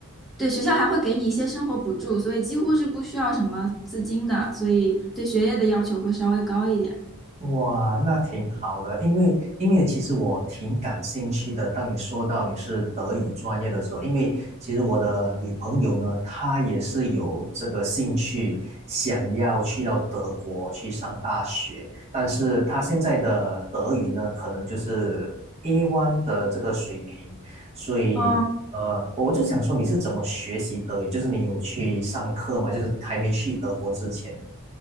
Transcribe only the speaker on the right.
哇，那挺好的，因为因为其实我挺感兴趣的。当你说到你是德语专业的时候，因为其实我的女朋友呢，她也是有这个兴趣，想要去到德国去上大学，但是她现在的德语呢，可能就是 A1 的这个水平，所以呃，
我就想说你是怎么学习德语？就是你有去上课吗？就是还没去德国之前。